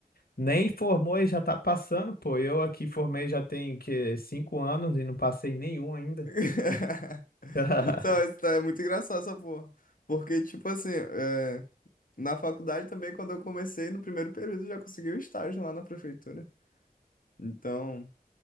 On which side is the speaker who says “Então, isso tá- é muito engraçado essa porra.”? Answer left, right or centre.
Left